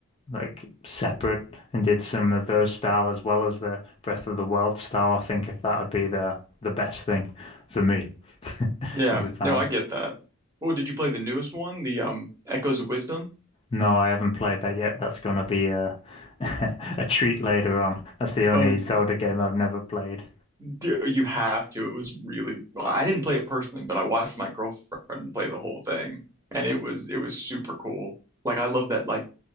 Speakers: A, on the left; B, on the right.
A: like separate and did some of those style as well as the Breath of the Wild style, I think that would be the the best thing for me <laughs>
B: yeah.
A: as a fan.
B: No, I get that. Oh, did you play the newest one, the um Echoes of Wisdom?
A: No, I haven't played that yet. That's gonna be a <laughs> a treat later on. That's the only
B: Oh,
A: Zelda game I've never played.
B: dear, you have to. It was really, well, I didn't play it personally, but I watched my girlfriend play the whole thing, and it was it was super cool. Like I love that like